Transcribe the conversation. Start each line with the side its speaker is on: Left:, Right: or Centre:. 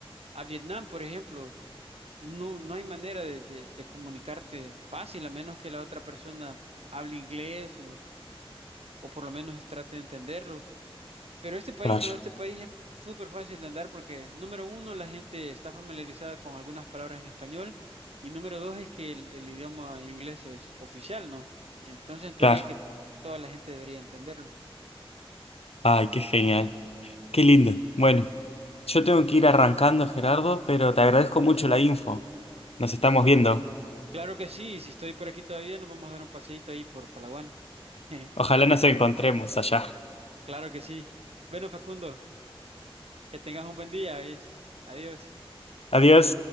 Right: a Vietnam, por ejemplo, no, no hay manera de, de- de comunicarte fácil, a menos que la otra persona hable inglés o, o por lo menos trate de entenderlo. Pero este país
Left: Claro,
Right: no, este país es súper fácil de andar porque, número uno, la gente está familiarizada con algunas palabras en español y número dos es que el, el idioma inglés es oficial, ¿no? Entonces, en teoría
Left: claro.
Right: que toda la gente debería entenderlo.
Left: Ay, qué genial. Qué lindo. Bueno, yo tengo que ir arrancando, Gerardo, pero te agradezco mucho la info. Nos estamos viendo.
Right: Claro que sí, y si estoy por aquí todavía, nos vamos a dar un paseíto ahí por Palawan. <laughs>
Left: Ojalá nos encontremos allá.
Right: Claro que sí. Bueno, Facundo. Que tengas un buen día, ¿ves? Adiós.
Left: Adiós.